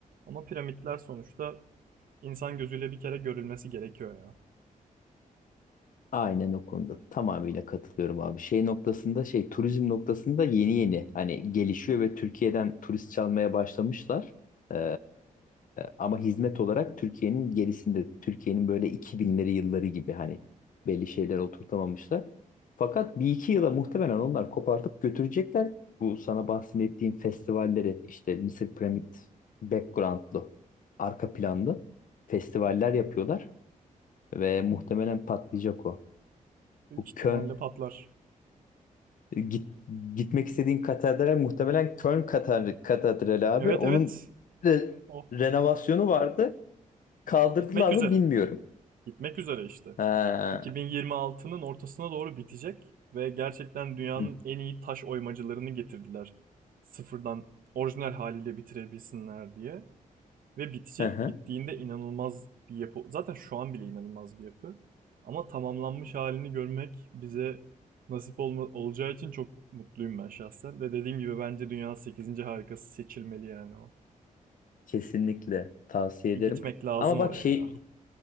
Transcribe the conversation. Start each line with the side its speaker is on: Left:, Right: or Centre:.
Right: Ama piramitler sonuçta insan gözüyle bir kere görülmesi gerekiyor ya.
Left: Aynen o konuda tamamıyla katılıyorum abi. Şey noktasında şey turizm noktasında yeni yeni hani gelişiyor ve Türkiye'den turist çalmaya başlamışlar. Ee, ama hizmet olarak Türkiye'nin gerisinde. Türkiye'nin böyle 2000'leri yılları gibi hani belli şeyler oturtamamışlar. Fakat bir iki yıla muhtemelen onlar kopartıp götürecekler. Bu sana bahsettiğim festivalleri işte Mısır Piramit background'lu arka planlı festivaller yapıyorlar ve muhtemelen patlayacak o.
Right: Büyük
Left: Bu
Right: ihtimalle
Left: Köln
Right: patlar.
Left: e, git, gitmek istediğin katedral muhtemelen Köln katedral, katedrali abi.
Right: Evet
Left: Onun
Right: evet.
Left: re-
Right: O
Left: renovasyonu vardı. Kaldırdılar
Right: bitmek üzere.
Left: mı bilmiyorum.
Right: Bitmek üzere işte.
Left: Ha.
Right: 2026'nın ortasına doğru bitecek ve gerçekten dünyanın
Left: Hı,
Right: en iyi taş oymacılarını getirdiler. Sıfırdan orijinal haliyle bitirebilsinler diye. Ve bitecek.
Left: hı hı.
Right: Bittiğinde inanılmaz bir yapı. Zaten şu an bile inanılmaz bir yapı. Ama tamamlanmış halini görmek bize nasip olma, olacağı için çok mutluyum ben şahsen. Ve dediğim gibi bence dünyanın sekizinci harikası seçilmeli yani o.
Left: Kesinlikle tavsiye
Right: Bir
Left: ederim.
Right: gitmek lazım
Left: Ama bak
Right: oraya
Left: şey
Right: ya.